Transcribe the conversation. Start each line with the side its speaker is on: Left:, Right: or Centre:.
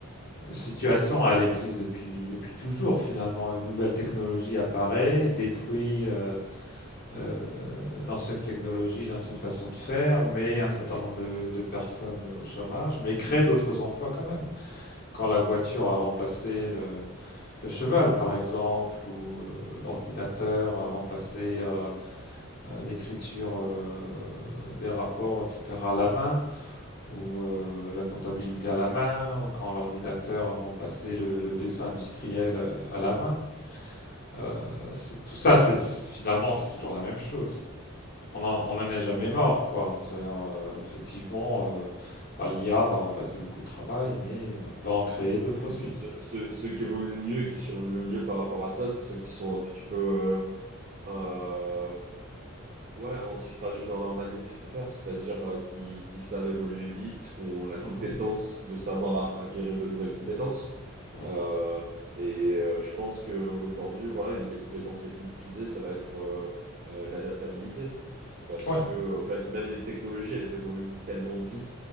Left: situation, elle existe depuis, depuis toujours, finalement. Une nouvelle technologie apparaît, détruit euh, euh, l'ancienne technologie, l'ancienne façon de faire, mais un certain nombre de, de personnes au chômage, mais crée d'autres emplois quand même. Quand la voiture a remplacé le, le cheval, par exemple, ou euh, l'ordinateur a remplacé euh, euh, l'écriture euh, des rapports, etc., à la main, ou euh, la comptabilité à la main, ou quand l'ordinateur a remplacé le, le dessin industriel euh, à la main, euh, tout ça, c'est finalement, c'est toujours la même chose. On en, on en est jamais mort, quoi. C'est-à-dire, euh, effectivement, euh, bah, l'IA va remplacer beaucoup de travail, mais euh, va en créer d'autres
Right: Et
Left: aussi.
Right: puis ce- ce- ceux qui évoluent le mieux et qui survivent le mieux par rapport à ça, c'est ceux qui sont un petit peu euh, euh, Ouais, antifragile dans leur manière de faire, c'est-à-dire euh, qui, qui savent évoluer vite, qu'on la
Left: Mhm.
Right: compétence de savoir a- acquérir de nouvelles compétences.
Left: Ouais.
Right: Euh, et euh, je pense qu'aujourd'hui, voilà, une des compétences les plus prisées, ça va être euh, euh, l'adaptabilité. Parce
Left: Ouais.
Right: que, en fait, même les technologies, elles évoluent tellement vite